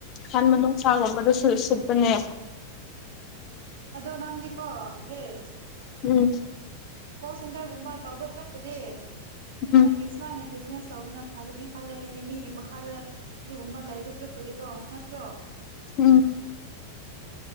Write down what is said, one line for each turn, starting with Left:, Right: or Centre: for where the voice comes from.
Left: ꯑꯍꯟꯅꯨꯡꯁꯥꯒꯨꯝꯕꯗ ꯁ ꯤꯠꯄꯅꯦ
Right: ꯑꯗꯣ ꯅꯪꯗꯤꯀꯣ ꯔꯦꯁ
Left: ꯎꯝ
Right: ꯀꯣꯜ ꯁꯦꯟꯇꯔꯒꯨꯝꯕ ꯇꯧꯕꯁꯨ ꯄꯨꯗꯤ
Left: ꯎꯝ
Right: ꯅꯪ ꯁꯨꯃꯥꯟꯅ ꯕꯤꯖꯤꯅꯦꯁ ꯇꯧꯕꯅ ꯐꯒꯅꯤ ꯈꯜꯂꯦ ꯍꯥꯏꯗꯤ ꯃꯤꯒꯤ ꯃꯈꯥꯗ ꯨꯝꯕ ꯂꯩꯕ ꯁꯨꯔꯛꯄꯗꯤꯀꯣ ꯅꯠꯇ꯭ꯔꯣ
Left: ꯎꯝ